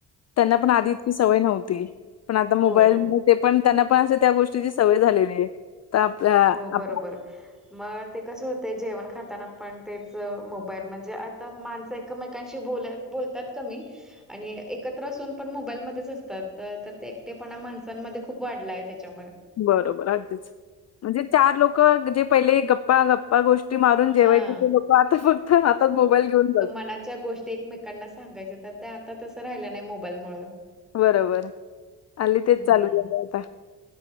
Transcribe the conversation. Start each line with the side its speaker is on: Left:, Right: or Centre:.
Left: त्यांना पण आधी इतकी सवय नव्हती. पण आता मोबाईल
Centre: हो
Left: मुळे पण, त्यांना पण असे त्या गोष्टीची सवय झालेली आहे. तर आपल्या
Centre: हो
Left: आप
Centre: बरोबर. मग ते कसं होतंय, जेवण खाताना पण तेच मोबाईल म्हणजे अति त माणसं एकमेकांशी बोल बोलतात कमी. आणि एकत्र असून पण मोबाईलमध्येच असतात. तर, तर ते एकटेपणा माणसांमध्ये खूप वाढला आहे. त्यांच्यामुळे
Left: बरोबर आगदिच म्हणजे चार लोक जे पहिले गप्पा गप्पा गो ष्टी मारून जेवायची
Centre: हा
Left: ती लोकं, आता फक्त हातात मोबाईल घेऊन ब
Centre: <unintelligible> ते एकमेकांना सांगायच तर ते, आता तसं राहिलं नाही मोबाईलमुळे.
Left: बरोबर, हाली
Centre: हम्म
Left: तेच चालू झालय आता.